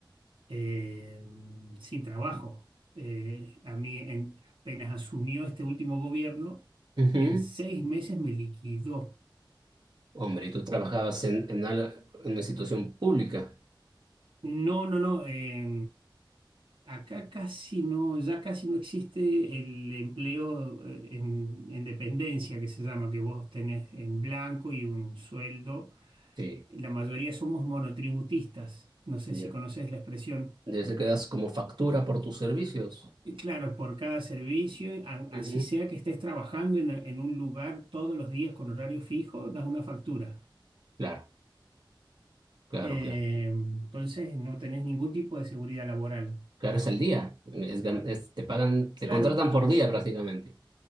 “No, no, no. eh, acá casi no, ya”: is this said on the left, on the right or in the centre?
Right